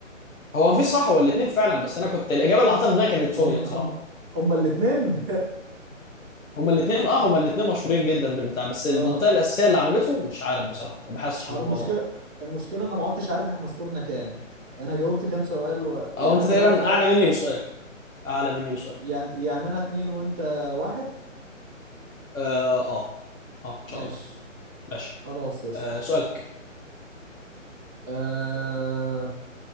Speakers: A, on the left; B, on the right.
A: هو مفيش صح ولا الاتنين فعلا بس انا كنت الاجابه اللي حاططها في دماغي كانت سوريا
B: هم هم
A: بصراحه
B: هم الاثنين
A: هما الاتنين اه
B: <laughs>
A: هما الاتنين مشهورين جدا بالبتاع بس المنطقه
B: اه
A: الاساسيه اللي عملته مش عارف بصراحه ما بحسش
B: هو
A: عن
B: انا
A: الموضوع
B: المشكله
A: ده
B: المشكله انا ما عدتش عارف احنا سكورنا كام انا جاوبت كام سؤال و... يعني
A: او انت
B: انا دلوقتي
A: تقريبا
B: ده
A: اعلى مني بسؤال اعلى مني بسؤال
B: يعني يعني انا اتنين وانت واحد
A: اه اه, آه ان شاء
B: ماشي
A: الله ماشي
B: خلاص يا اسطى
A: آه سؤالك
B: آه...